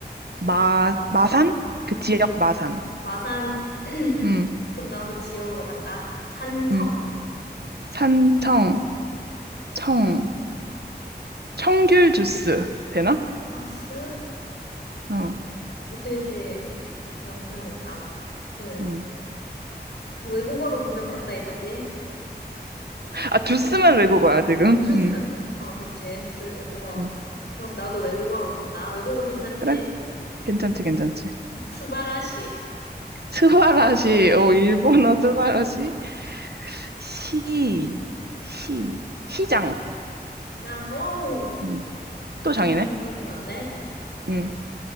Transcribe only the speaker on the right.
마, 마산? 그 지역 마산.
음,
음. 산청, 청, 청귤 주스. 되나?
어,
음.
아, 주스만 외국어야,
지금.
음,
음.
그래? 괜찮지, 괜찮지.
스바라시, 어, 일본어 스바라시. 시, 시, 시장.
음,
또 장이네.
음,